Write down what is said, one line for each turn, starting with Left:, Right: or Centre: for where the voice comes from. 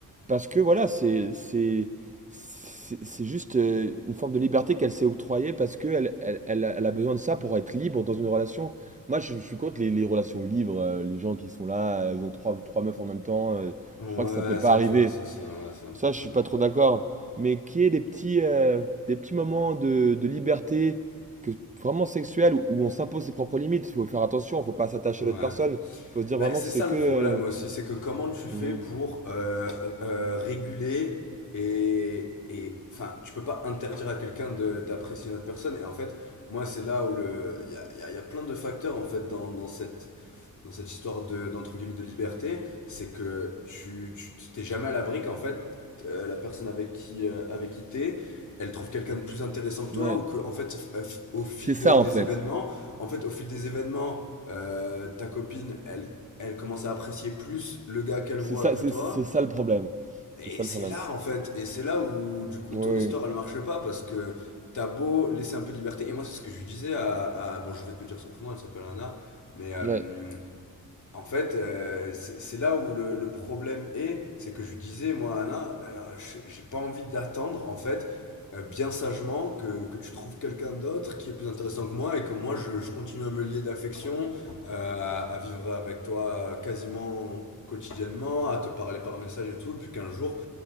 Right: parce que voilà, c'est c'est c'est c'est juste euh, une forme de liberté qu'elle s'est octroyée parce que elle, elle, elle a elle a besoin de ça pour être libre dans une relation. Moi, je, je suis contre les, les relations libres, euh, les gens qui sont là, elles ont trois, trois meufs en même temps. euh,
Left: Ouais,
Right: je crois que ça peut pas
Left: ça,
Right: arriver.
Left: tu vois, ça, c'est ouais, c'est un peu
Right: Ça, je
Left: bizarre.
Right: suis pas trop d'accord. Mais qu'il y ait des petits, euh, des petits moments de, de liberté que, vraiment sexuelle où, où on s'impose ses propres limites. Il faut faire attention, faut pas s'attacher
Left: Ouais.
Right: à l'autre personne. faut se dire
Left: Bah,
Right: vraiment
Left: c'est
Right: que c'est
Left: ça
Right: que.
Left: le problème aussi, c'est que comment tu fais
Right: euh,
Left: pour euh, euh, euh, réguler et, et enfin, tu peux pas interdire à quelqu'un de- d'apprécier une autre personne. Et en fait, moi, c'est là où le, il y a, il y a- il y a plein de facteurs en fait dans, dans cette dans cette histoire de d'entre guillemets de liberté, c'est que tu tu t'es jamais à l'abri qu'en fait euh, la personne avec qui euh, avec qui t'es elle trouve quelqu'un de plus intéressant que
Right: hmm,
Left: toi
Right: ouais,
Left: ou que en fait euh, f- au fil
Right: c'est ça
Left: de- des
Right: en fait.
Left: événements en fait au fil des événements euh, ta copine elle elle commence à apprécier plus le gars qu'elle
Right: C'est
Left: voit
Right: ça,
Left: que
Right: c'est
Left: toi
Right: c'est- ça le problème.
Left: et
Right: C'est ça le
Left: c'est
Right: problème.
Left: là en fait et c'est là où du coup
Right: Oui,
Left: ton histoire
Right: oui.
Left: elle marche pas parce que t'as beau laisser un peu de liberté et moi c'est ce que je lui disais à, à- bon je vais te dire son prénom elle s'appelle Anna mais euh,
Right: Ouais,
Left: en fait, heu, c'est c'est là où le le problème est, c'est que je lui disais: «Moi, Anna, heu, je j'ai pas envie d'attendre, en fait, heu, bien sagement que que tu trouves quelqu'un d'autre qui est plus intéressant que moi et que moi, je je continue à me lier d'affection, heu, à à vivre avec toi, heu, quasiment quotidiennement, à te parler par message et tout, et puis qu'un jour,